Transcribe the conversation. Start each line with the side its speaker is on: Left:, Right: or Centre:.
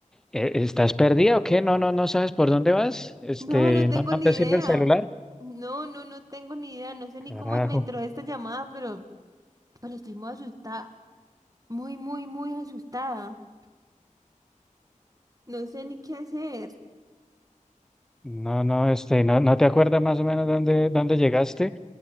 Centre: eh, ¿estás perdida o qué? No, no, no sabes por dónde vas. Este,
Right: No, no tengo
Centre: no, no
Right: ni
Centre: te
Right: idea.
Centre: sirve el celular.
Right: No, no, no tengo ni idea. No sé ni
Centre: Carajo.
Right: cómo me entró esta llamada, pero, pero estoy muy asustada. Muy, muy, muy asustada. No sé ni qué hacer.
Centre: No, no, este, no, no te acuerdas más o menos dónde, dónde llegaste.